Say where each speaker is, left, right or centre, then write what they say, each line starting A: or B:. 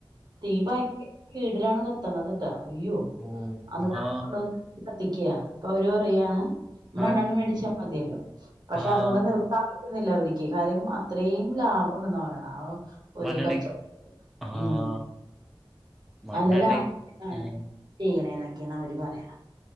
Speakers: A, on the right (about 50°); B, in the centre.
A: തീ ഭയങ്കര വീടിലാണ് കത്തണത്ട്ടാ. അയ്യോ
B: ഓ
A: അന്നിട്ട് <unintelligible>
B: ആഹ്
A: കത്തിക്കാ അപ്പൊ അവര് രു പറയാണ് മണ്ണണ്ണ
B: ആഹ്
A: മേടിച്ചാ മതിയല്ലോ പക്ഷെ
B: ആഹ്
A: അതുകൊണ്ട് നിർത്താ കുന്നില്ല അവരിക്ക് കാര്യം അത്രയും ലാഭം കൊണ്ട്ന്നാ പറയണ അവ ഒരു
B: മണ്ണെണ്ണക്ക്
A: കച്ചം
B: ആഹ്
A: ഉം
B: മണ്ണെണ്ണ
A: നല്ലാലാഭാണ്
B: ഉം
A: ചെയ്യണേക്കെ ക്കാണ് അവര് പറയണ